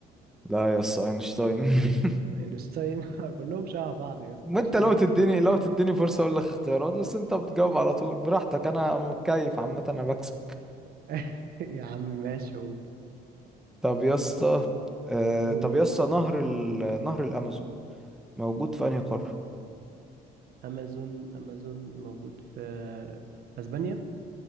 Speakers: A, in the centre; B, on the right.
A: لا يا اسطى اينشتاين <laughs>
B: اينشتاين <laughs> كلهم شبه بعض يا اسطى
A: ما
B: مش
A: انت
B: عارف
A: لو تديني
B: ايه القصة
A: لو
B: دي
A: تديني فرصة اقول لك اختيارات بس انت بتجاوب على طول براحتك انا متكيف عامة انا بكسب
B: <laughs> يا عم ماشي قول
A: طب يا اسطى آه...
B: قول
A: طب يا اسطى نهر ال... نهر الامازون موجود في انهي قارة
B: امازون امازون موجود في في اسبانيا